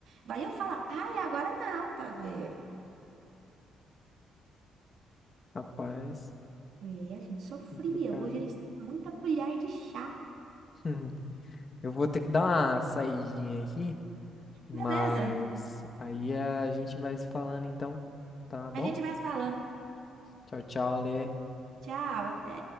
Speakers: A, on the right (about 75°); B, on the left (about 40°).
A: vai eu falar, ai, agora não, pra ver.
B: Rapaz,
A: E a gente sofria.
B: complicado.
A: Hoje eles têm muita colher de chá.
B: Uhum. Eu vou ter que dar uma saidinha aqui, mas
A: Beleza,
B: aí a gente vai se falando então, tá bom?
A: a gente vai se falando.
B: Tchau, tchau, Lê.
A: Tchau, até.